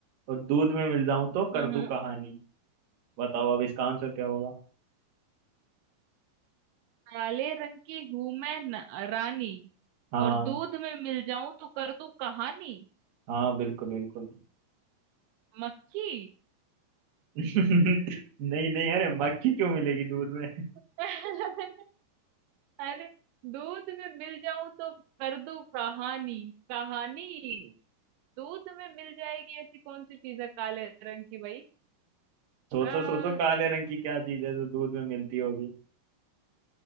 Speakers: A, on the right; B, on the right.
A: और दूध में मिल जाऊं तो कर
B: हम्म
A: दूं
B: हम्म
A: कहानी बताओ अब इसका आंसर क्या होगा
B: काले रंग की हूं मैं न, रानी
A: हाँ
B: और दूध में मिल जाऊं तो कर दूं कहानी
A: हाँ बिल्कुल बिल्कुल
B: मक्खी
A: <laughs> नहीं नहीं अरे मक्खी क्यों मिलेगी दूध में
B: <laughs> अरे दूध में मिल जाऊं तो कर दूं कहानी कहानी दूध में मिल जाएगी ऐसी कौन सी चीज है काले रंग की भाई
A: सोचो
B: आ,
A: सोचो काले रंग की क्या चीज है जो दूध में मिलती होगी